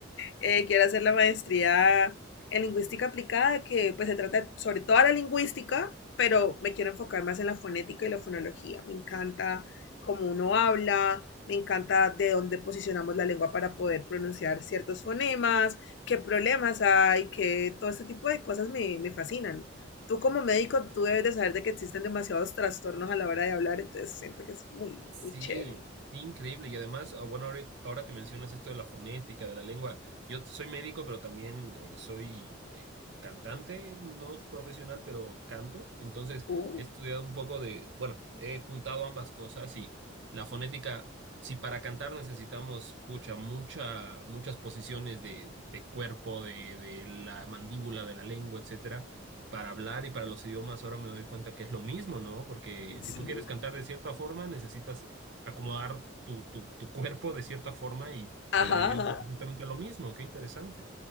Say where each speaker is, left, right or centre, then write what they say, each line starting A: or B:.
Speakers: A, on the left; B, on the right.
A: Eh, quiero hacer la maestría en lingüística aplicada, que pues se trata sobre toda la lingüística, pero me quiero enfocar más en la fonética y la fonología. Me encanta cómo uno habla, me encanta de dónde posicionamos la lengua para poder pronunciar ciertos fonemas, qué problemas hay, que todo este tipo de cosas me, me fascinan. Tú como médico, tú debes de saber de que existen demasiados trastornos a la hora de hablar, entonces siento que es muy,
B: Sí,
A: muy chévere.
B: sí, increíble. Y además, ah, bueno, ahora, ahora que mencionas esto de la fonética, de la lengua, yo soy médico, pero también eh, soy eh, cantante, no profesional, pero canto. Entonces,
A: Uh,
B: he estudiado un poco de, bueno, he juntado ambas cosas y la fonética, si para cantar necesitamos, pucha, mucha, muchas posiciones de, de cuerpo, de, de la mandíbula, de la lengua, etcétera para hablar y para los idiomas ahora me doy cuenta que es lo mismo, ¿no? Porque
A: sí.
B: si tú quieres cantar de cierta forma, necesitas acomodar tu, tu, tu cuerpo de cierta forma y
A: Ajá,
B: para el idioma
A: ajá.
B: es justamente lo mismo. Qué interesante.